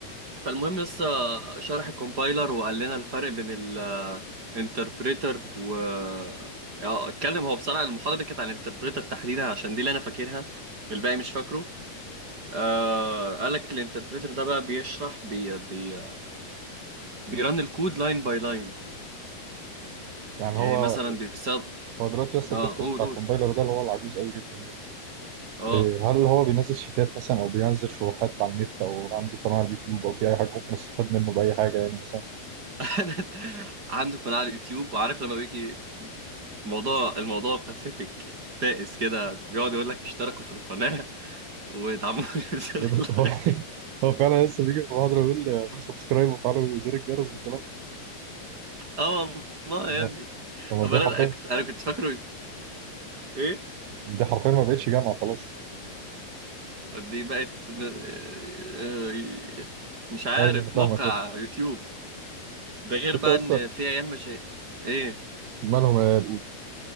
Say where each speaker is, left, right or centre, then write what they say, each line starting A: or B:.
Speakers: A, on the right; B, on the right.
A: فالمهم لسه شرح الكومبايلر وقال لنا الفرق بين الانتربريتر و آه، اتكلم هو بصراحة المحاضرة دي كانت عن الانتربريتر تحديدا عشان دي اللي انا فاكرها الباقي مش فاكره آه قال لك الانتربريتر ده بقى بيشرح بي بي بيرن الكود لاين باي لاين
B: يعني
A: يعني
B: هو
A: مثلا بيستخدم
B: هو دلوقتي اصلا
A: اه
B: الدكتور
A: قول
B: بتاع
A: قول
B: الكومبايلر ده اللي هو العجوز قوي جدا ده
A: اه
B: إيه، هل هو بينزل شيتات مثلا او بينزل شروحات على النت او عنده قناة على اليوتيوب او في اي حاجه ممكن استفاد منه باي حاجه يعني مثلا
A: <laughs> عنده قناة على اليوتيوب وعارف لما بيجي موضوع الموضوع باثيتك بائس كده بيقعد يقول لك اشتركوا في القناة وادعموني <laughs> بزر
B: <laughs>
A: اللايك
B: هو هو فعلا لسه بيجي في محاضره يقول اعمل سبسكرايب وفعلا زر الجرس والكلام ده
A: اه والله
B: يعني
A: يا ابني
B: طب ما
A: امال
B: دي حرفيا
A: انا أنا كنت انا كنت فاكره ايه
B: دي حرفيا ما بقتش جامعه خلاص
A: دي بقت م- آه، مش عارف
B: ايوه انا فاهمك
A: موقع
B: لسه
A: يوتيوب ده غير
B: فكرة
A: بقى
B: لسه
A: ان في عيال مشاهير ايه
B: مالهم يا الأولى